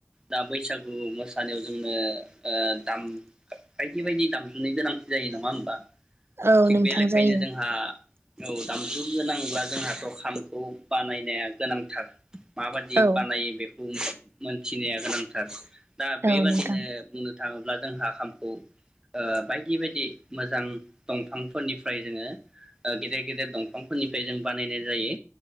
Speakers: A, on the right; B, on the right.
A: दा बैसागु मोसानायाव जोंनो ओ दाम बायदि बायदि दामजुनि गोनांथि जायो नङा ओमबा?
B: औ
A: थिग
B: नोंथां
A: बे लेखायैनो
B: जायो
A: जोंहा औ दामजु गोनांब्ला जोंहाथ' खामखौ बानायनाया गोनांथार। माबादि
B: औ
A: बानायो बेखौ मोनथिनाया गोनांथार। दा
B: औ
A: बेबादिनो
B: नोंथां
A: बुंनो थाङोब्ला जोंहा खामखौ ओ बायदि बायदि मोजां दंफांफोरनिफ्राय जोङो ओ गेदेर गेदेर दंफांफोरनिफ्राय जों बानायनाय जायो।